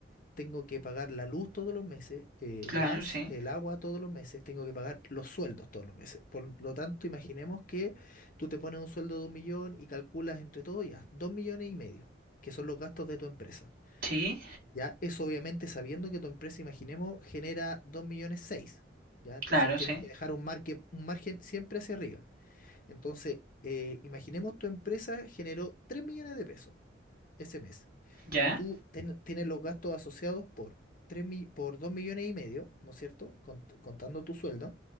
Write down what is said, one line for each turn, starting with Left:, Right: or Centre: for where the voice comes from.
Left: tengo que pagar la luz todos los meses, eh,
Right: Claro,
Left: las,
Right: sí.
Left: el agua todos los meses, tengo que pagar los sueldos todos los meses. Por lo tanto, imaginemos que tú te pones un sueldo de un millón y calculas entre todo ya, dos millones y medio, que son los gastos de tu empresa.
Right: Sí,
Left: Ya, eso obviamente sabiendo que tu empresa, imaginemos, genera dos millones seis. Ya, entonces
Right: claro,
Left: tienes
Right: sí.
Left: que dejar un margen, un margen siempre hacia arriba. Entonces, eh, imaginemos tu empresa generó 3 millones de pesos ese mes
Right: Ya.
Left: y tú ten- tienes los gastos asociados por, tres mi- por 2 millones y medio, ¿no es cierto? Cont- contando tu sueldo,